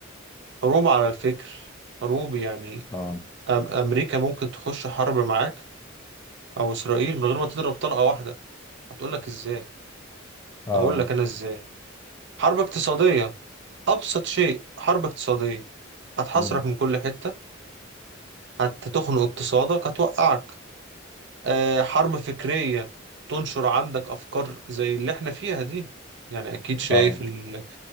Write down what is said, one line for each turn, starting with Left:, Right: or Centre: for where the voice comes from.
Right: حروب على الفكر حروب يعني
Left: آه
Right: أم امريكا ممكن تخش حرب معاك او اسرائيل من غير ما تضرب طلقة واحدة هتقول لك ازاي
Left: آه
Right: اقول لك انا ازاي حرب اقتصادية ابسط شيء حرب اقتصادية هتحاصرك
Left: مم.
Right: من كل حتة هتخنق اقتصادك هتوقعك آه، حرب فكرية تنشر عندك أفكار زي اللي احنا فيها دي يعني أكيد شايف
Left: آه
Right: ال-